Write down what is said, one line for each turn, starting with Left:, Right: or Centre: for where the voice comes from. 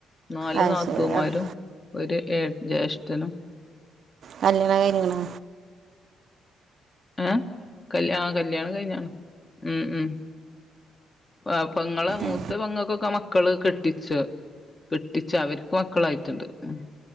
Left: നാല്
Right: അത്
Left: നാത്തൂമാരും
Right: ശരി അ-
Left: ഒരു ഏ ജേഷ്ഠനും
Right: കല്യാണം കയ്ഞ്ക്ക്ണ
Left: ഏ കൽ ആ കല്യാണം കയ്ഞ്ഞാണ് ഉം ഉം വാ പൊങ്ങളെ മൂത്ത
Right: ഏ,
Left: പെങ്ങക്കൊക്കെ മക്കള് കെട്ടിച്ചു കെട്ടിച്ചവര്ക്ക് മക്കളായി ട്ടിണ്ട് ഉം